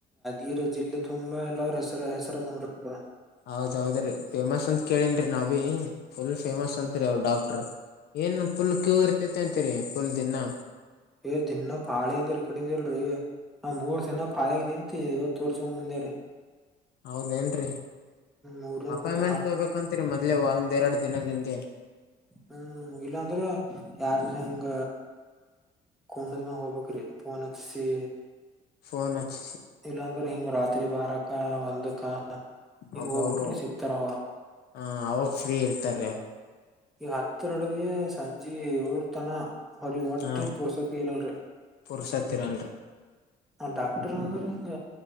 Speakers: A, in the centre; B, on the left (about 70°).
A: ಯಿರ ಜಿಲ್ಲೆ ತುಂಬಾ ಎಲ್ಲ ಅವ್ರ ಹೆಸರ ಹೆಸರ ತಂದ್ರ.
B: ಹೌದ್ೌದ್ರೀ ಫೇಮಸ್ ಅಂತ ಕೇಳನ್ರಿ ನಾ ಭಿ ಫುಲ್ ಫೇಮಸ್
A: ಹ್ಮ್
B: ಅತ್ರಿ ಅವರು ಡಾಕ್ಟರ್. ಏನ್ ಪುಲ್ ಕ್ಯೂ ಇರ್ತೈತೆ ಅಂತರಿ ಪಫುಲ್ ದಿನಾ.
A: ಏ ದಿನ ಪಾಳೆ ಅಂದ್ರ ಈ ಕಡಿಂದ ಇಲ್ರರಿ ನಾ್ ಮೂರ್ ದಿನ ಪಾಳೆ ನಿ. ಮ ಇವತ್ತು ತೋರ್ಸಕೊಂಡ ಮುಂದ ರ.
B: ಹೌದೇಏನ್ರರಿ
A: ಮೂರನೇ
B: ಅಪಾಯಿಂ್ಮೆಂಟ್
A: ದಿನ ಆ
B: ತಗಬೇಕಂತರಿ ಮೊದ್ೇ ಒಂದ್ ಎರಡ್ ದಿನದಿಂದ.
A: ಹ್ಮ್ ಇಲ್ಲಾಂದ್ರ ಯಾರದ್ರ ಹಿಂಗ. ಕ ಹೋಗಬೇಕ್ರೀ ಪನ್ ಸಿ.
B: ಫೋನ್ ಅಚ್.
A: ಇಲ್ಲಾಂದ್ರೆ ಹಿಂಗ ರಾತ್ರಿ ಬಾರಕ ಒಂದ. ಹಿಂಗ
B: ಒಬ್ಬೊಬ್ಬ
A: ಬಕರುೂ <unintelligible> ಸಿಕ್ತಾರವ
B: ಹ ಅವಾಗ ಫ್ರೀ ಇರ್ತಾರೆ
A: ಈಗ ಹತ್ತ ನಡಗೆ ಸಂಜೆ ಏರ್ತನ ಅವರಿ ಒಟಿಮ
B: ಹಾ
A: ಪುರ್ಸತಿ ಇರಳ
B: ಪುರ್ಸತ್ ಇರಲ್ರಿ
A: ಡಾಕ್ಟರ್ ಅಂದ್ರ ಹಿಂಗ